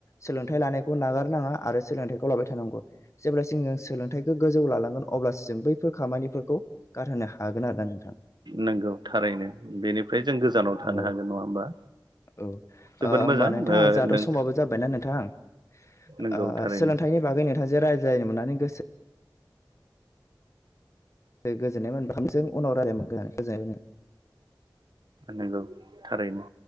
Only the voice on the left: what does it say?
सोलोंथाइ लानायखौ नागारनाङा आरो सोलोंथाइखौ लाबाय थानांगौ जेब्लासिम जों सोलोंथाइ गोजौ लालांगोन अब्लासो जों बैफोर खामानिफोरखौ गारहोनो हागोन आरोना नोंथ
औ
औ
होमबा
नोंथां
जाथ'
समबाबो जाबायना नोंथां।
सोलोंथाइनि बागै नोंथांजों रायज्लायनो मोननानै गोसो गो गोजोननाय मोनबा हामजों उनाव रायलाय गोजोननाय मोनो।